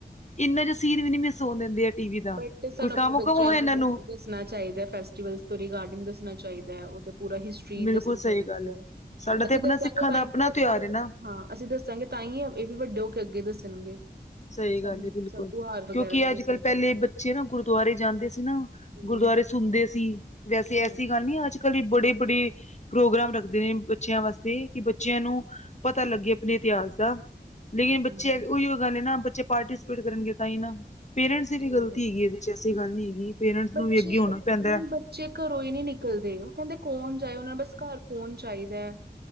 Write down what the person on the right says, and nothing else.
ਬਟ ਸਾਨੂੰ
ਆਪਣੇ
ਬੱਚਿਆਂ
ਦੱਸਣਾ ਚਾਹੀਦਾ ਫੈਸਟੀਵਲ ਤੋਂ ਰਿਗਾਰਡਿੰਗ ਦੱਸਣਾ ਚਾਹੀਦਾ ਹੈ ਉਹਦਾ ਪੂਰਾ ਹਿਸਟਰੀ ਫੀ
ਦੱਸਣੀ
ਚਾਹੀਦੀ
ਹੈ
ਅਸੀਂ
ਦੱਸਾਂਗੇ
ਟਾਈਮ
ਤੇ
ਫਿਰ
ਹਾਂ ਅਸੀਂ ਦੱਸਾਂਗੇ ਤਾਂ ਹੀ ਇਹ ਵੀ ਵੱਡੇ ਹੋ ਕੇ ਅੱਗੇ ਦੱਸਣਗੇ
ਸਾਨੂੰ
ਸਭ ਤਿਉਹਾਰ
ਵਗੈਰਾ ਤੇ
ਦੱਸਣਾ
ਚਾਹੀਦਾ।
ਹੂੰ,
ਹਾਂਜੀ,
ਹਮ,
ਹਾਂਜੀ,
ਸਹੀ
ਗੱਲ ਹੈ।
ਬੱਚੇ
ਨਹੀਂ
ਬੱਚੇ ਘਰੋਂ ਹੀ ਨਹੀਂ ਨਿਕਲਦੇ ਉਹ ਕਹਿੰਦੇ ਕੌਣ ਜਾਏ ਉਹਨਾਂ ਨੂੰ ਬਸ ਘਰ ਫੋਣ ਚਾਹੀਦਾ